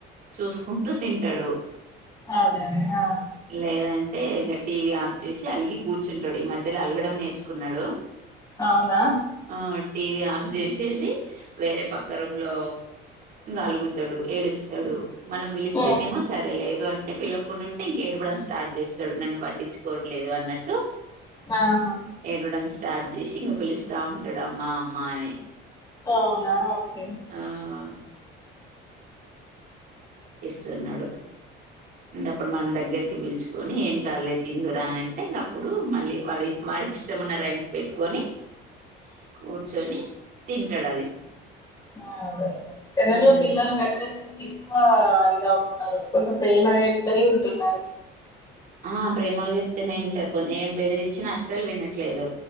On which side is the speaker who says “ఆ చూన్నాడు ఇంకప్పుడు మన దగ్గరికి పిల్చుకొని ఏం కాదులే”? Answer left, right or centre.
Right